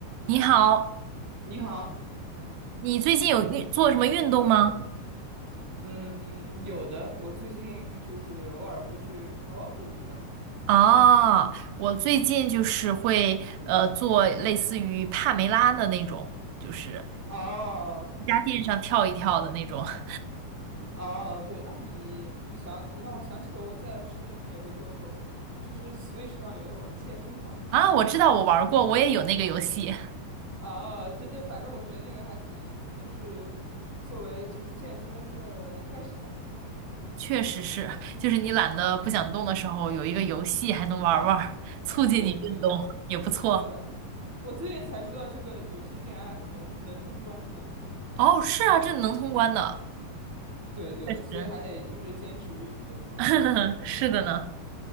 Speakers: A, on the right (about 85°); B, on the right (about 20°).
A: 你好，
B: 你好，
A: 你最近有运做什么运动吗？
B: 嗯，有的，我最近就是偶尔会去跑跑步，你呢？
A: 啊，我最近就是会呃做类似于帕梅拉的那种，就是
B: 哦
A: 瑜伽垫上跳一跳的那种。<laughs>
B: 哦，对啊，你你想，你让我想起了我在室内也会做那种，呃就是 Switch 上有那种健身环。
A: 啊，我知道我玩儿过，我也有那个游戏，
B: 啊，对对，反正我觉得那个还挺，就是作为就是健身的一开始还挺好的。
A: <laughs> 确实是，就是你懒得不想动的时候，有一个游戏还能玩儿玩儿，促进你运动也不错。
B: 对对，是是的，我最近才知道这个游戏竟然还是能能通关的。
A: 哦，是啊，这能通关的，
B: <laughs> 对对，
A: 确实，
B: 所以还得就是坚持运动嘛。
A: <laughs> 是的呢。